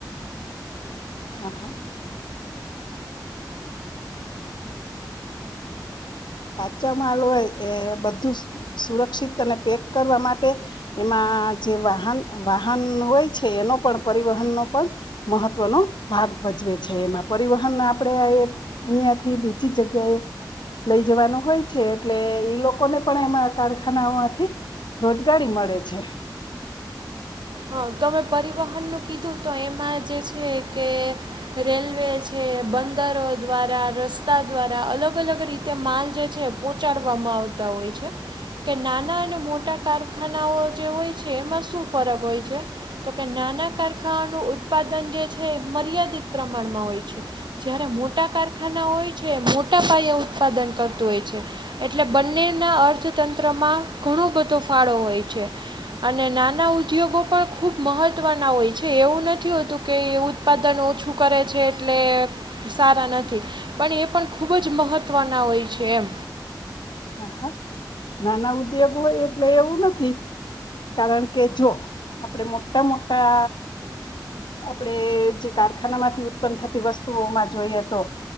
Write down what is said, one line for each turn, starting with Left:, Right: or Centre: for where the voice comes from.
Left: હા હા. કાચા માલ હોય એ બધું સુરક્ષિત અને પેક કરવા માટે એમાં જે વાહન વાહન હોય છે એનો પણ, પરિવહનનો પણ મહત્વનો ભાગ ભજવે છે એમાં, પરિવહન આપણે અહિયાંયાથી બીજી જગ્યાએ લઈ જવાનું હોય છે એટલે ઈ લોકોને પણ એમાં કારખાનામાંથી, રોજગારી મળે છે.
Right: હા તમે પરિવહનનું કીધું તો એમાં જે છે કે રેલવે છે બંદરો દ્વારા રસ્તા દ્વારા અલગ અલગ રીતે માલ જે છે પહંચાડવામાં આવતા હોય છે કે નાના અને મોટા કારખાનાઓ જે હોય છે એમાં શું ફરક હોય છે. તો કે નાના કારખાનાનું ઉત્પાદન જે છે મર્યાદિત પ્રમાણમાં હોય છે, જ્યારે મોટા કારખાના હોય છે મોટા પાયે ઉત્પાદન કરતું હોય છે, એટલે બંનેના અર્થતંત્રમાં ઘણો બધો ફાળો હોય છે, અને નાના ઉદ્યોગો પણ ખૂબ મહત્વના હોય છે એવું નથી હોતું કે એવું ઉત્પાદન ઓછું કરે છે. છે એટલે સારા નથી પણ એ પણ ખૂબ જ મહત્ત્વના હોય છે એમ.
Left: હા હા નાના ઉદ્યોગ હોય એટલે એવું નથી કારણ કે જો આપડે મોટા મોટા આપણેે જે કારખાના માંથી ઉત્પન્ન થતી વસ્તુઓમાં જોઈએ તો,